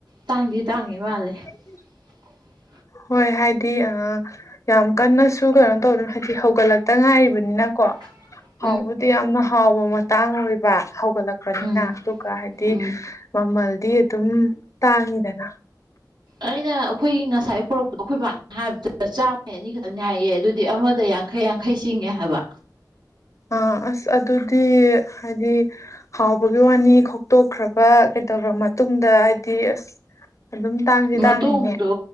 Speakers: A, on the right; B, on the left.
A: ꯇꯥꯡꯗꯤ ꯇꯥꯡꯉꯤ
B: <inaudible>
A: <inaudible>
B: ꯍꯣꯏ ꯍꯥꯏꯗꯤ ꯑ ꯌꯥꯝ ꯀꯟꯅꯁꯨ ꯀꯩꯅꯣ ꯇꯧꯗꯅ ꯍꯥꯏꯗꯤ ꯍꯧꯒꯠꯂꯛꯇ ꯉꯥꯏꯔꯤꯕꯅꯤꯅꯀꯣ
A: <inaudible>
B: ꯍꯥꯎꯕꯨꯗꯤ ꯌꯥꯝꯅ ꯍꯥꯎꯕ ꯃꯇꯥꯡ ꯑꯣꯏꯕ ꯍꯧꯒꯠꯂꯛꯄꯅꯤꯅ
A: ꯎꯝ
B: ꯑꯗꯨꯒ ꯍꯥꯏꯗꯤ
A: ꯎꯝ
B: ꯃꯃꯜꯗꯤ ꯑꯗꯨꯝ ꯇꯥꯡꯉꯤꯗꯅ
A: ꯑꯩꯅ ꯑꯩꯈꯣꯏꯒꯤ ꯉꯁꯥꯏ ꯄꯨꯔꯛꯄꯗꯣ ꯑꯩꯈꯣꯏꯕꯥꯅ ꯍꯥꯏꯕꯗ ꯆꯥꯝꯃꯩ ꯑꯅꯤꯈꯛꯅ‌ꯦ ꯍꯥꯏꯌꯦ ꯑꯗꯨꯗꯤ ꯑꯃꯗ ꯌꯥꯡ ꯈꯩ ꯌꯥꯡꯈꯩ ꯆꯤꯡꯉꯦ ꯍꯥꯏꯕ
B: ꯑ ꯑꯁ ꯑꯗꯨꯗꯤ ꯍꯥꯏꯗꯤ ꯍꯥꯎꯕꯒꯤ ꯋꯥꯅꯤ ꯈꯣꯛꯇꯣꯛꯈ꯭ꯔꯕ ꯀꯩꯗꯧꯈ꯭ꯔ ꯃꯇꯨꯡꯗ ꯍꯥꯏꯗꯤ ꯑꯁ ꯑꯗꯨꯝ ꯇꯥꯡꯗꯤ
A: ꯃꯇꯣꯡꯗꯣ
B: ꯇꯥꯡꯉꯤꯅꯦ